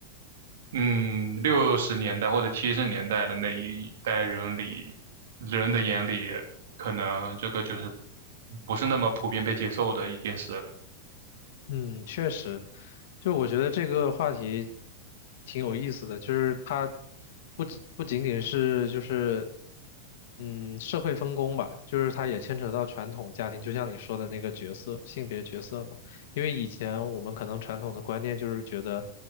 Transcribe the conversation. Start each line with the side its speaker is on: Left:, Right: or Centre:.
Right: 嗯六十年代或者七十年代的那一代人里，人的眼里，可能这个就是不是那么普遍被接受的一件事了。
Left: 嗯，确实，就是我觉得这个话题挺有意思的，就是它不仅不仅仅是就是嗯社会分工吧，就是它也牵扯到传统家庭，就像你说的那个角色，性别角色嘛。因为以前我们可能传统的观念就是觉得，